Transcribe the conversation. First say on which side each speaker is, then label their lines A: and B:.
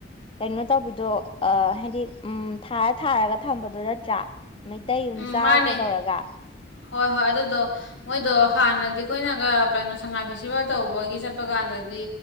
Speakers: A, on the left; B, on the left.
A: ꯀꯩꯅꯣ ꯇꯧꯕꯤꯗꯣ ꯑ ꯍꯥꯏꯗꯤ ꯎꯝ ꯊꯥꯔ ꯊꯥꯔꯒ ꯊꯝꯕꯗꯣ ꯅꯠꯇ꯭ꯔꯥ ꯃꯩꯇꯩ ꯌꯨꯝ
B: ꯎꯝ
A: ꯆꯥꯎꯒꯗꯧꯔꯒ
B: ꯃꯥꯅꯦ ꯍꯣꯏ ꯍꯣꯏ ꯑꯗꯨꯗꯣ ꯃꯣꯏꯗꯣ ꯍꯥꯟꯅꯗꯤ ꯑꯩꯈꯣꯏꯅꯒ ꯀꯩꯅꯣ ꯁꯉꯥꯏ ꯐꯦꯁꯇꯤꯚꯦꯜ ꯇꯧꯕꯒꯤ ꯆꯠꯄ ꯀꯥꯟꯗ ꯑꯗꯗꯤ